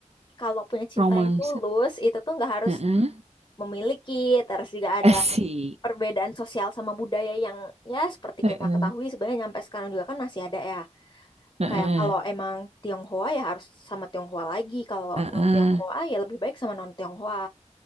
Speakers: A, on the left; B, on the right.
A: kalau punya
B: Romansa.
A: cinta yang tulus itu tuh nggak harus
B: Heeh.
A: memiliki terus juga ada
B: Asik.
A: perbedaan sosial sama budaya yang ya seperti
B: Heeh,
A: kita ketahui sebenarnya nyampe sekarang juga kan masih ada ya
B: heeh,
A: kayak kalau emang Tionghoa ya harus sama Tionghoa lagi kalau
B: heeh,
A: non Tionghoa ya lebih baik sama non Tionghoa